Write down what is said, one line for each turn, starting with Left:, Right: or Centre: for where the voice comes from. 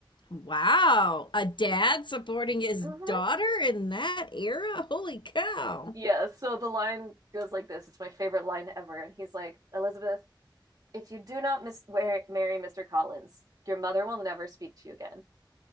Left: Wow, a dad supporting his
Right: Mhm.
Left: daughter in that era? Holy cow.
Right: Yeah, so the line goes like this. It's my favorite line ever. And he's like, Elizabeth, if you do not mis- wear- marry Mr. Collins, your mother will never speak to you again.